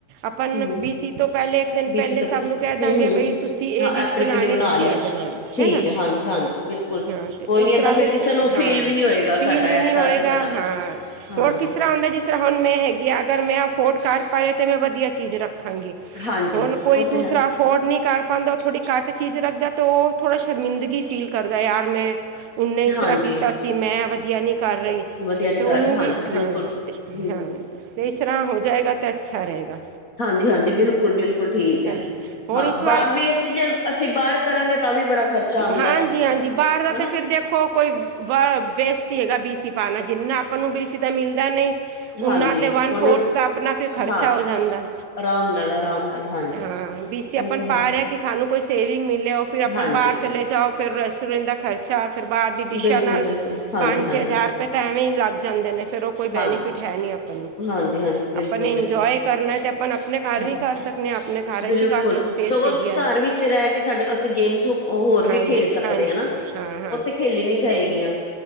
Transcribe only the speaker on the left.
ਹੂੰ,
ਬੀਸੀ
ਤੇ
ਹੂੰ-ਹੂੰ
ਹਾਂ
ਐਪਣੀ-ਆਪਣੀ
ਬਣਾ
ਲਿਆਣਾ।
ਠੀਕ
ਐ ਹਾਂਜੀ-ਹਾਂਜੀ ਬਿਲਕੁਲ।
ਕੋਈ
ਨੀ ਏਦਾਂ
ਕਿਸੇ ਨੂੰ
ਫੀਲ ਵੀ ਨੀ ਹੋਏਗਾ
ਸਾਡਾ
ਏਦਾਂ
ਤੇ ਸਾਡਾ
ਹਾਂਜੀ।
ਹਾਂਜੀ
ਓ
ਤੇ ਹੈ
ਹਾਂਜੀ-ਹਾਂਜੀ
ਵਧੀਆ ਨੀ
ਕਰ
ਰਹੀ ਹਾਂਜੀ
ਬਿਲਕੁਲ।
ਹੂੰ
ਹਾਂਜੀ-ਹਾਂਜੀ ਬਿਲਕੁਲ-ਬਿਲਕੁਲ ਠੀਕ ਹੈ
ਹਾਂ
ਬਾਹਰ ਵੀ ਅਸੀਂ ਜੇ ਅਸੀਂ ਬਾਹਰ ਕਰਾਂਗੇ ਤਾਂ ਵੀ ਬੜਾ ਖਰਚਾ ਆਂਦਾ
ਹਨਾ।
ਹਾਂਜੀ
ਓਨੇ
ਹਾਂ
ਆਰਾਮ ਨਾਲ ਆਰਾਮ ਨਾਲ ਹਾਂਜੀ
ਓ ਤੇ
ਹੈ
ਹਾਂਜੀ
ਬਿਲਕੁਲ-ਬਿਲਕੁਲ
ਹਾਂਜੀ-ਹਾਂਜੀ।
ਹਾਂਜੀ,
ਹਾਂਜੀ, ਹਾਂਜੀ ਬਿਲਕੁਲ,
ਬਿਲਕੁਲ
ਹਾਂ
ਬਿਲਕੁਲ
ਸਗੋਂ
ਘਰ
ਵਿੱਚ ਰਹਿ ਕੇ ਸਾਡੇ ਅਸੀਂ ਗੇਮਸ ਹੋਰ
ਵੀ ਖੇਲ ਸਕਦੇ
ਹ ਨਾ
ਉੱਥੇ ਖੇਲੀ ਨੀ ਜਾਏਗੀਆਂ